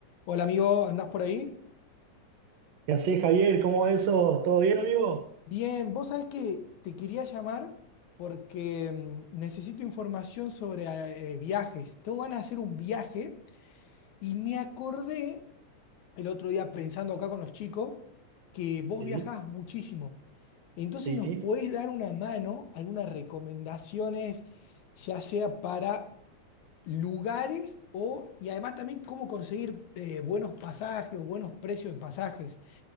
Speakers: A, on the left (about 80°); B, on the right (about 70°).
A: Hola amigo, ¿andás por ahí?
B: ¿Qué haces, Javier? ¿Cómo va eso? ¿Todo bien, amigo?
A: Bien, vos sabés que te quería llamar porque mm, necesito información sobre eh, eh, viajes. Tengo ganas de hacer un viaje y me acordé el otro día pensando acá con los chicos que vos
B: Sí,
A: viajás muchísimo. Entonces
B: sí,
A: nos podés dar una mano, algunas recomendaciones, ya sea para lugares o, y además también cómo conseguir eh, buenos pasajes o buenos precios de pasajes.